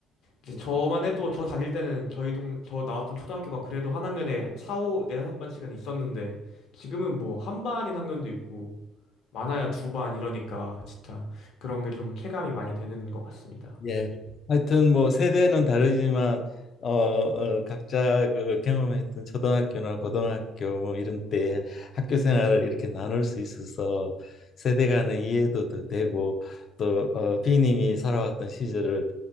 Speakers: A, on the left; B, on the left.
A: 이제
B: 네.
A: 저만 해도 저 다닐 때는 저희 동 저 나왔던 초등학교가 그래도 한 학년에 4, 5, 4, 5반씩은 있었는데 지금은 뭐 한 반인 학년도 있고 많아야 두 반 이러니까 진짜 그런 게 좀 체감이 많이 되는 것 같습니다.
B: 예. 하여튼 뭐 세대는 다르지만 어, 어 각자 그 경험했던 초등학교나 고등학교 뭐 이런 때 학교 생활을 이렇게 나눌 수 있어서 세대 간의 이해도 더 되고 또 어, B 님이 살아왔던 시절을